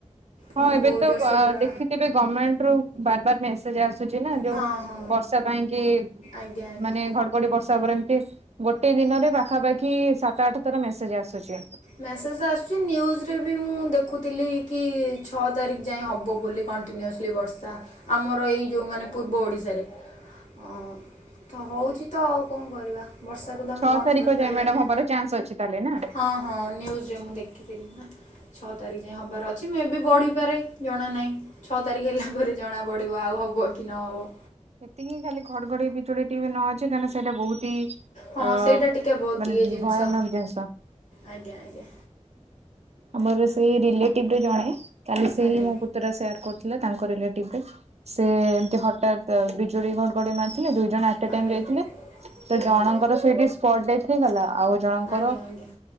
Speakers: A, on the left (about 80°); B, on the right (about 60°).
A: ପୁଣି
B: ହଁ ଏବେ
A: ବହୁତ
B: ତ
A: ଜୋରସେ ପୁରା
B: ଦେଖିଥିବେ ଗମେଣ୍ଟ ରୁ ବାର ବାର ମେସେଜ ଆସୁଛି ନା ଯୋଉ
A: ହଁ ହଁ
B: ବର୍ଷା ପାଇଁ କି
A: ଆଜ୍ଞା ଆଜ୍ଞା।
B: ମାନେ ବର୍ଷା ଉପରେ ଏମିତି ଗୋଟେ ଦିନରେ ପାଖାପାଖି ସାତ ଆଠ ଥର ମେସେଜ ଆସୁଛି।
A: ମେସେଜ ଆସୁଛି ନ୍ୟୁଜରେ ବି ମୁଁ ଦେଖୁଥିଲି କି ଛଅ ତାରିଖ ଯାଇ ହବ ବୋଲି। କଣ୍ଟିନ୍ୟୁଅସଲି ବର୍ଷା ଆମର ଏଇ ଯେଉଁମାନେ ପୂର୍ବ ଓଡ଼ିଶାରେ। ହଁ ତ ହଉଛି ତ ଆଉ କଣ କରିବା ବର୍ଷା ତ ଆମେ
B: ଛଅ
A: ବନ୍ଦ
B: ତାରିଖ
A: କରିପାରିବାନି
B: ଯାଏ ମ୍ୟାଡାମ ହବାର ଚାନ୍ସ ଅଛି ତାହେଲେ ନା?
A: ହଁ ହଁ ନ୍ୟୁଜରେ ମୁଁ ଦେଖିଥିଲି ନା। ଛଅ ତାରିଖ ଯାଏଁ ହବାର ଅଛି ମେ ବି ବଢିପାରେ ଜଣା ନାଇଁ। ଛଅ ତାରିଖ ହେଲା ପରେ ଜଣା ପଡିବ ଆଉ ହବ କି ନହବ।
B: ଏତିକି ଖାଲି ଘଡଘଡି ବିଜୁଳି ଟିକେ ବି ନ ଅଛି ତା ହେନେ ସେଇଟା ବହୁତି ଅ
A: ହଁ ସେଇଟା ଟିକେ ବହୁତ
B: ମାନେ
A: ଇଏ ଜିନିଷ।
B: ଭୟାନକ ଜିନିଷ।
A: ଆଜ୍ଞା ଆଜ୍ଞା
B: ଆମର ସେଇ ରିଲେଟିଭ ରେ ଜଣେ କାଲି ସେଇ
A: ଆଜ୍ଞା
B: ମୋ ପୁ ତୁରା ସେୟାର କରୁଥିଲା ତାଙ୍କ ରିଲେଟିଭରେ ସେ ଏମତି ହଟାତ୍ ତ ବିଜୁଳି ଘଡଗଡି ମାରୁଥିଲେ ଦୁଇ ଜଣ ଆଟ
A: ଆଜ୍ଞା
B: ଟାଇମ୍ ଯାଇଥିଲେ ତ
A: ଆଜ୍ଞା
B: ଜଣଙ୍କର ସେଇଟି ସ୍ପଟ୍ ଡେଥ୍ ହେଇଗଲା ଆଉ ଜଣଙ୍କର
A: ଆଜ୍ଞା ଆଜ୍ଞା